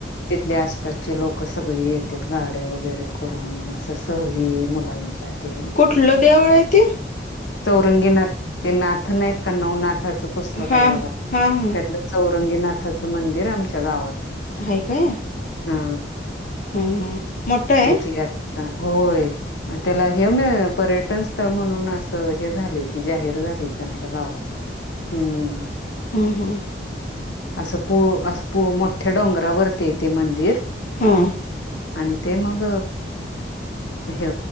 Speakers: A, on the left (about 75°); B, on the left (about 45°).
A: तिथले आसपासचे लोक सगळे येतात गाड्या वगैरे करून असं. सहली मुलांच्या ते
B: कुठलं देऊळ आहे ते
A: चौरंगीनाथ ते नाथ नाही आहेत का नवनाथाचं पुस्तक
B: हा
A: आहे बघा त्यातलं
B: हा हा
A: चौरंगीनाथाचं मंदिर आमच्या गावात
B: हाय काय
A: हा
B: हा हा मोठं आहे
A: त्याची यात्रा होय. त्याला हे म पर्यटन स्थळ म्हणून असं हे झाले की जाहीर झाले. आमच्या गावात हम्म.
B: हम् हम.
A: असं पु असं मोठ्या डोंगरावरती येते मंदिर.
B: हां.
A: आणि ते मग. ह